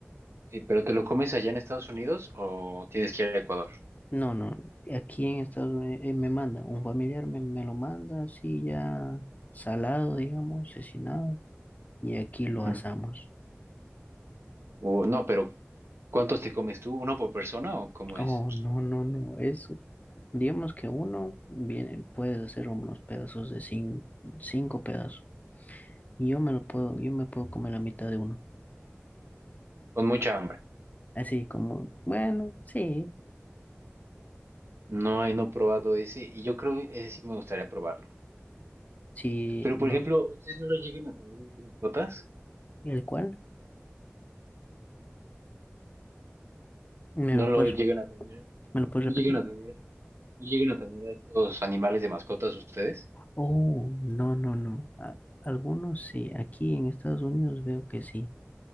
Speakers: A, on the right; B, on the left.
A: Sí, pero ¿te lo comes allá en Estados Unidos o tienes que ir a Ecuador?
B: No, no, aquí en Estados Unidos eh, me manda, un familiar me, me lo manda así ya salado, digamos, asesinado, y aquí lo
A: Ujú.
B: asamos.
A: Uh, no, pero ¿cuántos te comes tú? ¿Uno por persona o cómo
B: Oh,
A: es?
B: no, no, no, eso. Digamos que uno viene, puedes hacer unos pedazos de cin- cinco pedazos, y yo me lo puedo, yo me puedo comer la mitad de uno.
A: Con mucha hambre.
B: Así como, bueno, sí,
A: No, eh, no he probado ese y yo creo que ese sí me gustaría probarlo.
B: sí,
A: Pero
B: no,
A: por ejemplo, ¿ustedes no lo llegan a tener de mascotas?
B: ¿el cual? ¿Me
A: no
B: lo
A: lo
B: puedes,
A: llegan a tener,
B: me lo puedes
A: no
B: repetir?
A: llegan a tener, no llegan a tener a estos animales de mascotas ustedes.
B: Oh, no, no, no. a- algunos sí, aquí en Estados Unidos veo que sí.